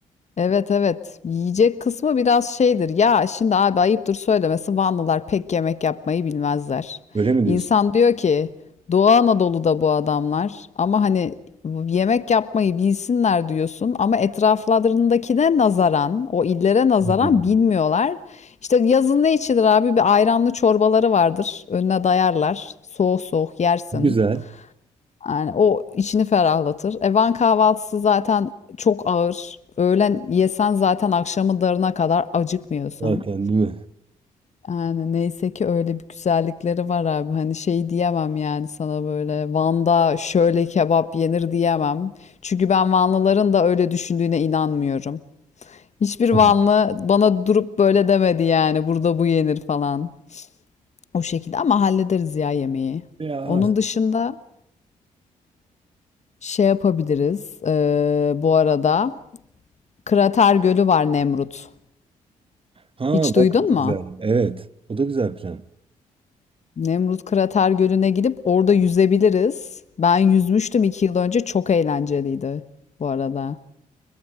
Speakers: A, on the left; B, on the right.
A: Evet evet. Yiyecek kısmı biraz şeydir. Ya şimdi abi ayıptır söylemesi Vanlılar pek yemek yapmayı bilmezler.
B: Öyle mi
A: İnsan
B: diyorsun? <laughs>
A: diyor ki Doğu Anadolu'da bu adamlar ama hani yemek yapmayı bilsinler diyorsun ama etraflarındakine nazaran o illere nazaran
B: Hmm.
A: bilmiyorlar. İşte yazın ne içilir abi? Bir ayranlı çorbaları vardır. Önüne dayarlar. Soğuk soğuk yersin.
B: Güzel
A: Yani o içini ferahlatır. E, Van kahvaltısı zaten çok ağır. Öğlen yesen zaten akşamı darına kadar acıkmıyorsun.
B: zaten değil mi?
A: Yani neyse ki öyle bir güzellikleri var abi. Hani şey diyemem yani sana böyle Van'da şöyle kebap yenir diyemem. Çünkü ben Vanlıların da öyle düşündüğüne inanmıyorum. Hiçbir Vanlı
B: <laughs> Hı hı.
A: bana durup böyle demedi yani burada bu yenir falan. O şekilde ama hallederiz ya yemeği.
B: Ya.
A: Onun dışında şey yapabiliriz eee, bu arada. Krater Gölü var Nemrut.
B: Ha
A: Hiç
B: bak
A: duydun
B: o da güzel.
A: mu?
B: Evet. O da güzel plan.
A: Nemrut Krater Gölü'ne gidip orada yüzebiliriz. Ben yüzmüştüm iki yıl önce. Çok eğlenceliydi bu arada.